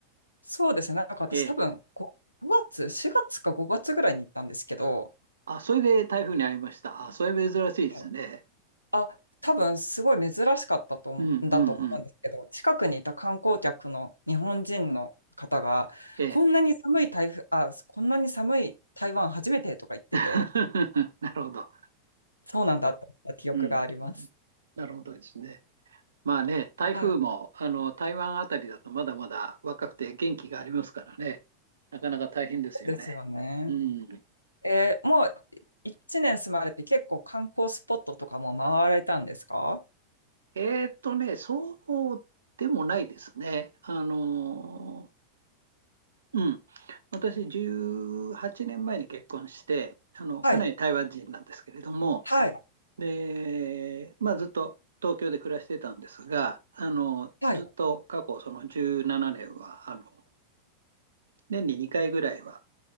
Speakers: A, on the left; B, on the right.
A: そうですね。なんか私多分、
B: ええ。
A: 5月、4月か5月ぐらいに行ったんですけど、
B: あ、それで台風に遭いました。あ、それ珍しいですね。
A: はいあ、多分すごい珍しかったと思うんだと思うんですけど、
B: うん、うん、うん。
A: 近くにいた観光客の日本人の方が、
B: ええ。
A: こんなに寒い台風、あ、こんなに寒い台湾初めてとか言ってて、
B: <laughs> なるほど。
A: そうなんだって記憶があります。
B: うん、うん。なるほどですね。まあね、台風もあの台湾あたりだとまだまだ若くて元気がありますからね、
A: はい。
B: なかなか大変ですよね。
A: ですよね。
B: うん。
A: えーもう1年住まれて結構観光スポットとかも回られたんですか
B: えーっとね、そうでもないですね。あの、うん。私、18年前に結婚して、あの、
A: はい。
B: かなり台湾人なんですけれども、
A: はい。
B: で、まあ、ずっと東京で暮らしてたんですが、あの、
A: はい。
B: ずっと過去、その17年は、あの、年に2回ぐらいは、